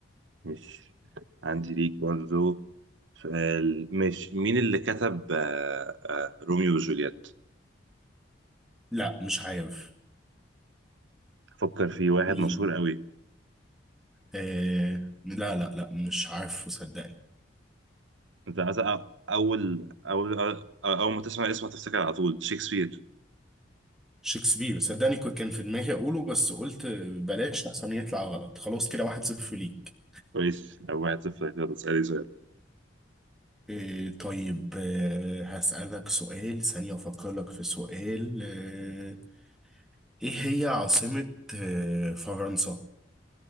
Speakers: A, on the right; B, in the centre.
A: مش عندي ليك برضو سؤال مش مين اللي كتب آه، آه، روميو وجولييت
B: لا مش عارف
A: فكر في واحد
B: مين
A: مشهور قوي
B: آه لا لا لا مش عارفه صدقني
A: انت مثلا اول اول اول, أول ما تسمع اسمه هتفتكر على طول شكسبير
B: شكسبير صدقني كنت- كان في دماغي أقوله بس قلت بلاش أحسن يطلع غلط خلاص كده واحد صفر ليك
A: كويس او واحد صفر يلا اسالي سؤال
B: إيه طيب آه، هسألك سؤال ثانية أفكر لك في سؤال آه، إيه هي عاصمة آه، فرنسا؟